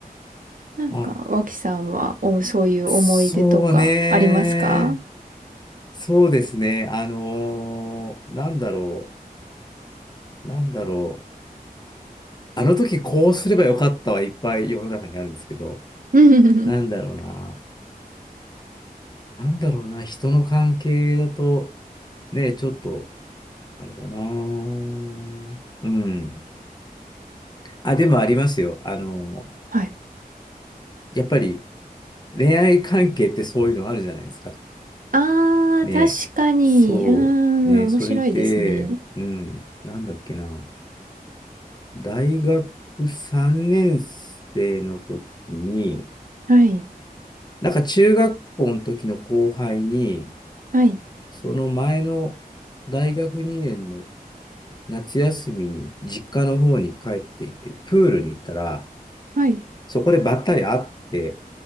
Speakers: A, on the right; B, on the left.
A: なんか、
B: あ、
A: 脇さんは、お、そういう思い出とかありますか
B: そうね。そうですね。あのーなんだろう。なんだろう。あの時こうすればよかったはいっぱい世の中にあるんですけど、
A: うんうんうん
B: なんだろうな。なんだろうな。人の関係だと、ね、ちょっと、あれだな。うん。あ、でもありますよ。あの、
A: はい。<laughs>
B: やっぱり恋愛関係ってそういうのあるじゃないですか。
A: あー、
B: ね、
A: 確かに。
B: そうね、
A: うーん、
B: それで、
A: 面白いですね。
B: うん、なんだっけな、大学3年生の時に、
A: はい。
B: なんか中学校の時の後輩に、
A: はい。
B: その前の大学2年の夏休みに実家の方に帰っていて、プールに行ったら、
A: はい。
B: そこでばったり会って、